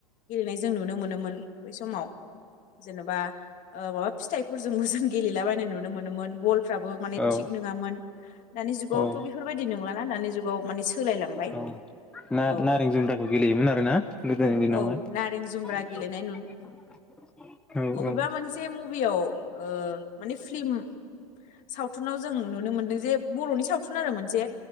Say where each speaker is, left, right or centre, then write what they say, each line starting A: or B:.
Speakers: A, on the left; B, in the centre.
A: गेलेनाय जों नुनो मोनोमोन बै समाव जेनेबा ओ माबा फिथाइफोरजोंबो जों गेलेलाबायनाय नुनो मोनोमोन बलफ्राबो माने
B: औ
A: थिग नङामोन। दानि जुगावथ'
B: औ
A: बेफोरबायदि नंलाना दानि जुगाव माने सोलायलांबाय।
B: औ ना
A: औ
B: नारें जुमब्राखौ गेलेयोमोन आरो ना गोदोनि दिनावहाय।
A: औ नारें जुमब्रा गेलेनाय
B: औ औ।
A: मबेबा मोनसे मुभियाव ओ माने फिलम सावथुनाव जों नुनो मोनदों जे बर'नि सावथुन आरो मोनसे।